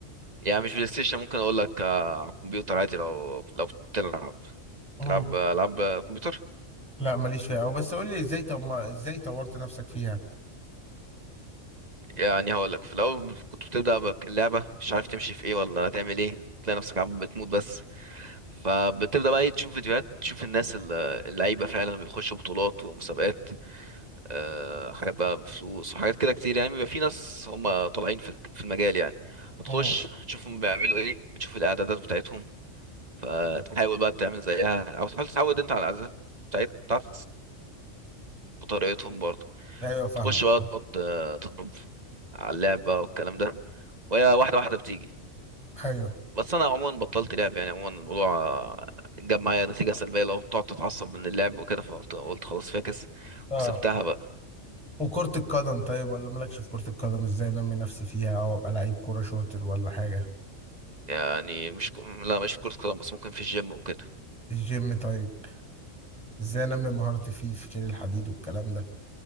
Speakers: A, on the right; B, in the centre.
A: يعني مش بلاي ستيشن ممكن اقول لك آه، على الكمبيوتر عادي لو لو بتلعب
B: مم.
A: تلعب العاب كمبيوتر
B: لا ماليش فيها او بس قول لي ازاي طب ما ازاي طورت نفسك فيها
A: يعني هقول لك في الاول كنت بتبدا بك- اللعبه مش عارف تمشي في ايه ولا تعمل ايه تلاقي نفسك عم بتموت بس فبتبدا بقى إيه، تشوف فيديوهات تشوف الناس ال- اللعيبه فعلا بيخشوا بطولات ومسابقات آه، حاجات بقى بفلوس وحاجات كده كتير يعني بيبقى في ناس هم طالعين في في المجال يعني هتخش
B: امم
A: تشوفهم بيعملوا ايه بتشوف الاعدادات بتاعتهم فتحاول بقى تعمل زيها او تحاول تتعود انت على العادات بتاعت- بتاعت بطريقتهم برضه
B: ايوه فاهمك
A: تخش بقى تقعد آه، تضرب على اللعب بقى والكلام ده وهي واحدة واحدة بتيجي
B: ايوه
A: بس انا عموما بطلت لعب يعني عموما الموضوع آه، جاب معايا نتيجة سلبية لو بتقعد تتعصب من اللعب وكده فقلت قلت خلاص فاكس
B: اه
A: وسبتها بقى
B: وكرة القدم طيب ولا مالكش في كرة القدم ازاي انمي نفسي فيها او ابقى لعيب كورة شاطر ولا حاجة
A: يعني مش ك... لا مش في كرة قدم بس ممكن في الجيم وكده
B: الجيم طيب ازاي انمي مهارتي فيه في شيل الحديد والكلام ده